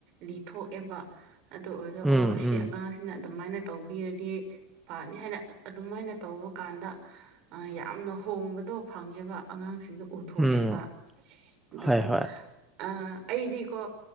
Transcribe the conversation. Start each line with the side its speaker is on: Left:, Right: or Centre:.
Right: ꯂꯤꯊꯣꯛꯑꯦꯕ ꯑꯗꯨ ꯑꯣꯏꯔꯒ
Centre: ꯎꯝ
Right: ꯑꯣ
Centre: ꯎꯝ
Right: ꯁꯤ ꯑꯉꯥꯡ ꯁꯤꯅ ꯑꯗꯨꯃꯥꯏꯅ ꯇꯧꯕꯤꯔꯗꯤ ꯄꯅꯤ ꯍꯥꯏꯅ ꯑꯗꯨꯃꯥꯏꯅ ꯇꯧꯕ ꯀꯥꯟꯗ ꯑ ꯌꯥꯝꯅ ꯍꯣꯡꯕꯗꯣ ꯐꯪꯉꯦꯕ ꯑꯉꯥꯡꯁꯤꯡꯗ ꯎ ꯊꯣꯛꯑꯦꯕ
Centre: ꯎꯝ
Right: ꯑꯗꯨꯝ
Centre: ꯍꯣꯏ ꯍꯣꯏ
Right: ꯑ ꯑꯩꯗꯤꯀꯣ